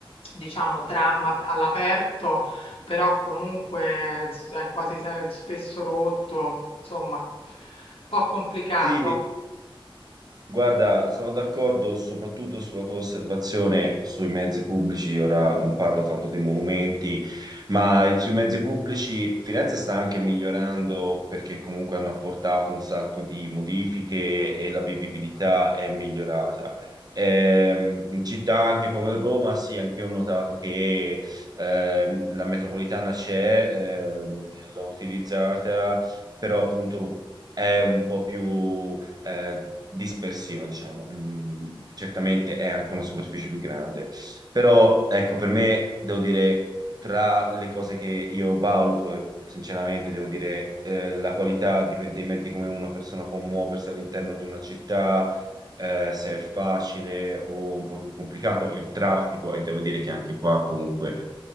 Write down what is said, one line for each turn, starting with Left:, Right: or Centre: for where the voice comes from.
Left: diciamo tram ap- all'aperto però comunque s- è quasi se- spesso rotto, insomma, un po' complicato.
Right: Sì, Guarda, sono d'accordo soprattutto sulla tua osservazione sui mezzi pubblici, ora non parlo tanto dei monumenti, ma il- sui mezzi pubblici Firenze sta anche migliorando perché comunque hanno apportato un sacco di modifiche e la vivibilità è migliorata. Ehm, in città anche come Roma, sì, anch'io ho notato che ehm, la metropolitana c'è, ehm, l'ho utilizzata, però appunto è un po' più eh, dispersiva, diciamo. Mm, certamente è anche una superficie più grande, però ecco, per me devo dire tra le cose che io valuto e Sinceramente, devo dire, eh, la qualità di- dei mezzi come una persona può muoversi all'interno di una città, eh, se è facile o un po' più complicato, il traffico, e devo dire che anche qua comunque